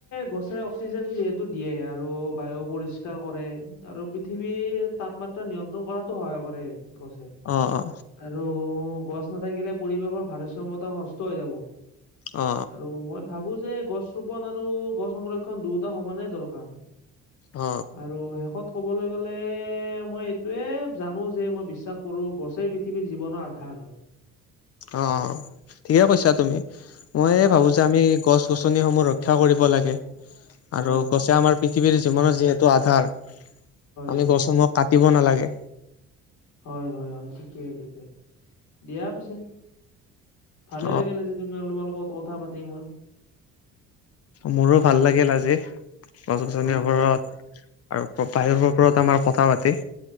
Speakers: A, on the left (about 70°); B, on the left (about 50°).
A: গছে অক্সিজেন যিহেতু দিয়ে আৰু বায়ু পৰিষ্কাৰ কৰে আৰু পৃথিৱীৰ তাপমাত্ৰা নিয়ন্ত্ৰণ কৰাতো সহায় কৰে গছে
B: অ অ
A: আৰু গছ নাথাকিলে পৰিৱেশৰ ভাৰসাম্য়তা নষ্ট হৈ যাব
B: অ
A: আৰু মই ভাবো যে গছ ৰোপন আৰু গছ সংৰক্ষণ দুয়োটা সমানেই দৰকাৰ
B: অ
A: আৰু শেষত ক'বলৈ গ'লে মই এইটোৱে জানো যে মই বিশ্বাস কৰো গছে পৃথিৱীৰ জীৱনৰ আধাৰ হয়
B: অ অ ঠিকে কৈছা তুমি মই
A: হয়,
B: ভাবো যে আমি গছ গছনিসমূহ ৰক্ষা কৰিব লাগে
A: হয়,
B: আৰু
A: হয়, হয়,
B: গছে আমাৰ পৃথিৱীৰ জীৱনৰ যিহেতু আধাৰ আমি
A: হয়,
B: গছসমূহক কাটিব নালাগে
A: হয় হয় হয় ঠিকে ঠিকে দিয়া পিছে ভালে
B: অ
A: লাগিলে আজি <unintelligible> যটো ম তোমাল লগত কথা পাতি মই
B: মোৰো ভাল লাগিল আজি গছ গছনিৰ
A: হয়,
B: ওপৰত
A: হয়,
B: আৰু বায়ুৰ ওপৰত আমাৰ কথা পাতে